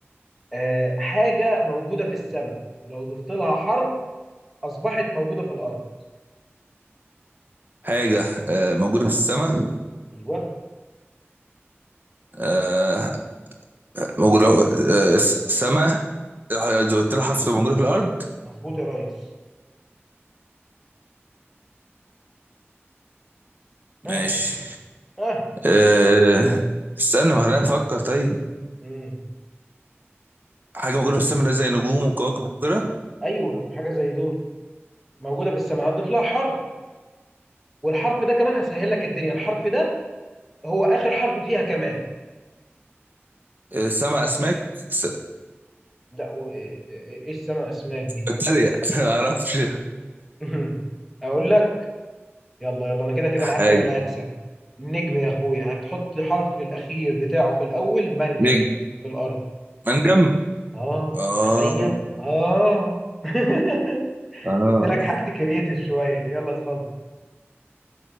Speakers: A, in the centre; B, on the right.
A: آه حاجه موجوده في السماء ولو ضفت لها حرف اصبحت موجوده في الارض
B: حاجه آه موجوده في السماء
A: ايوه
B: آه موجوده آه السماء زودت لها حرف تبقى موجوده في الارض
A: مظبوط يا ريس ها
B: ماشي
A: ها
B: أه استنى ما خلينا نفكر طيب
A: مم.
B: حاجه موجوده في السماء اللي هي زي نجوم وكواكب وكده
A: ايوه حاجه زي دول موجوده في السماء هتضيف لها حرف والحرف ده كمان هسهل لك الدنيا الحرف ده هو اخر حرف فيها كمان
B: أه سما اسماك س...
A: لا و- ايه إيه السماء اسماك دي
B: بكتيريا <laughs> ما اعرفش
A: <laughs> اقول لك يلا يلا انا كده كده
B: <laughs>
A: انا عارف
B: حاجه
A: انا اللي هكسب نجم يا اخويا هتحط حرف الاخير بتاعه في الاول منجم
B: نجم
A: في الارض
B: منجم
A: اه
B: اه
A: تخيل اه <laughs>
B: اه
A: قلت لك حاجتي كرييتيف شويه يلا اتفضل